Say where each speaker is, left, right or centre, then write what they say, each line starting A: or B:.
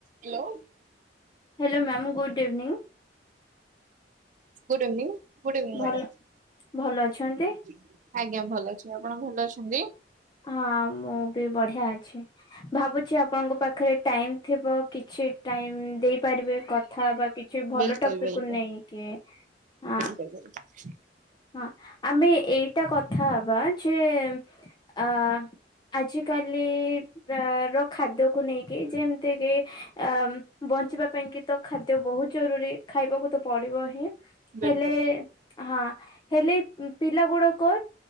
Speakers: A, on the right (about 45°); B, on the left (about 25°).
A: Hello
B: hello ma'am good evening.
A: Good evening good evening
B: ଭଲ
A: ମ୍ୟାଡ଼ମ୍।
B: ଭଲ ଅଛନ୍ତି
A: ଆଜ୍ଞା, ଭଲ ଅଛି ଆପଣ ଭଲ ଅଛନ୍ତି।
B: ହଁ, ମୁଁ ବି ବଢିଆ ଅଛି। ଭାବୁଛି ଆପଣଙ୍କ ପାଖରେ ଟାଇମ ଥିବ କିଛି ଟାଇମ ଦେଇପାରିବେ କଥା ହେବା କି କିଛି ଭଲ
A: ବିଲକୁଲ
B: ଟପିକକୁୁ
A: ବିଲକୁଲ
B: ନେଇକି ଆ
A: <unintelligible>
B: ହଁ, ଆମେ ଏଇଟା କଥା ହବା ଯେ ଆ ଆଜିିକାଲି। ଅ ର ଖାଦ୍ୟକୁ ନେଇକି ଯେମିତି କିି ଅ ବଞ୍ଚିବା ପାଇଁ କିି ତ ଖାଦ୍ୟ ବହୁତ ଜରୁରୀ ଖାଇବାକୁ ତ ପଡିବ ହିଁ
A: ବିଲକୁଲ
B: ହେଲେ ହଁ। ହେଲେ ପିଲା ଗୁଡ଼ାକ